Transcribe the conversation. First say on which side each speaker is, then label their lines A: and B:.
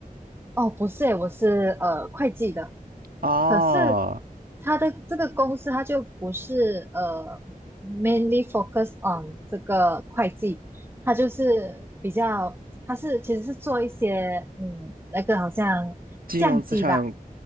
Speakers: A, on the right; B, on the right.
A: 哦，不是诶，我是呃会计的，
B: 哦，
A: 可是他的这个公司它就不是呃 mainly focus on 这个会计，它就是比较它是其实是做一些嗯那个好像相机吧。
B: 金融资产